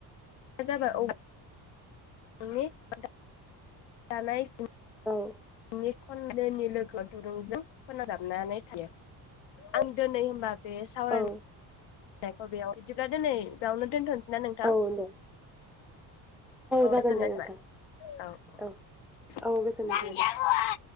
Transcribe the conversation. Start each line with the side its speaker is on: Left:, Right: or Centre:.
Left: दा जाबाय औ <unintelligible> जानाय
Centre: औ
Left: <unintelligible> लोगोआव दुरुंजों फोनांजाबनानै थायो आं दोनै होनबा बे सावरायनाय
Centre: औ
Left: नायखौ बेयाव बिदिब्ला दोनै बेयावनो दोनथ'सै ना नोंथां
Centre: औ दे
Left: औ
Centre: जागोन
Left: गोजोननाय
Centre: दे नोंथां
Left: थाबाय औ
Centre: औ गोजोननाय थाबाय दे
Left: औ